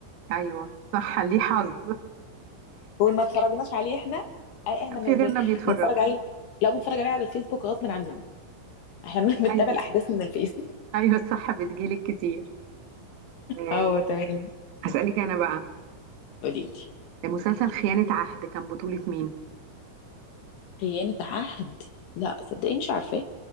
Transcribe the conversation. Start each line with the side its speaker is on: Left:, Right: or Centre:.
Right: ايوه صح ليه حظ
Left: وإن ما اتفرجناش عليه احنا آه، احنا
Right: <laughs>
Left: بن-
Right: في غيرنا
Left: بن-
Right: بيتفرجوا
Left: بنتفرج عليه لو بنتفرج عليه على الفيسبوك غصب عننا احنا بن- بنتابع
Right: ايوه
Left: الاحداث من الفيس
Right: ايوه الصح بتجيلك كتير آه.
Left: اه تمام
Right: اسالك انا بقى
Left: قولي لي
Right: مسلسل خيانه عهد كان بطوله مين
Left: خيانه عهد لا صدقي مش عارفاه